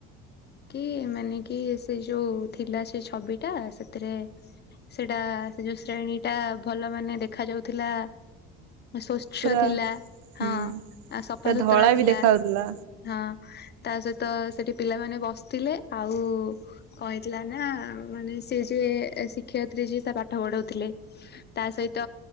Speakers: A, on the left; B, on the right.
A: କି ମାନେ କି ସେ ଯୋଉ ଥିଲା ସେ ଛବିଟା ସେଥିରେ ସେଟା ଯୋଉ ଶ୍ରେଣୀ ଟା ଭଲ ମାନେ ଦେଖ ଦେଖ ଯାଉଥିଲା। ସ୍ଵଚ୍ଛ
B: ପୁରା
A: ଥିଲା ହଁ
B: ହୁଁ
A: ଆ ସଫା
B: ପୁରା
A: ସୁତ
B: ଧଳା
A: ପତ୍ର ଥିଲା
B: ବି ଦେଖା ଯାଉଥିଲା।
A: ହଁ। ତା ସହିତ ସେଠି ପିଲାମାନେ ବସିଥିଲେ ଆଉ କହିଥିଲା ନା ମାନେ ସି ଯିଏ ଶିକ୍ଷୟତ୍ରୀ ଯିଏ ତା ପାଠ ପଢଉଥିଲେ ତା ସହିତ